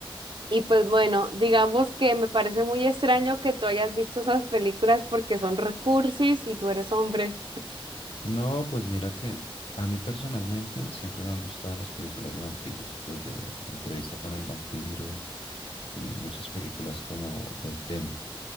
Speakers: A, on the right; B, on the left.
A: Y pues bueno, digamos que me parece muy extraño que tú hayas visto esas películas porque son recursis y tú eres hombre.
B: No, pues mira que a mí personalmente siempre me han gustado las películas de vampiros, desde Entrevista con el vampiro y muchas películas como del tema.